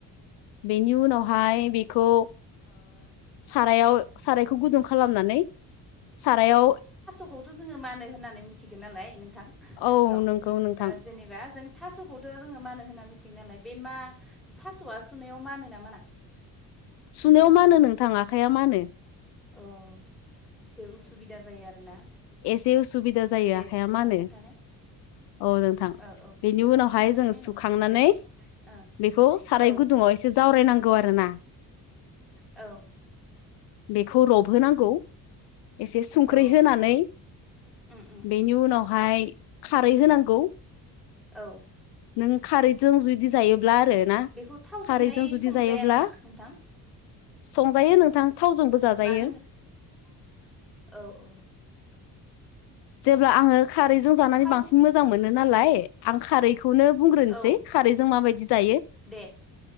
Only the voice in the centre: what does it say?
खौथ' जोङो मानो होननानै मिथिगोन नालाय नोंथां
र'
जेनेबा जों थास'खौथ' जोङो मानो होनना मिथियो नालाय बे मा थास'आ सुनायाव मानो ना माना
अ एसे उसुबिदा जायो आरोना
दे
नोंथां
खोन्थानाय
औ औ
सुखांनायनि
उनाव
दे औ
औ
औ
औ
उम उम
उम
औ
बेखौ थावजोंहाय
संजाया
नामा नोंथां
मा होनदों औ औ
थाव
औ
दे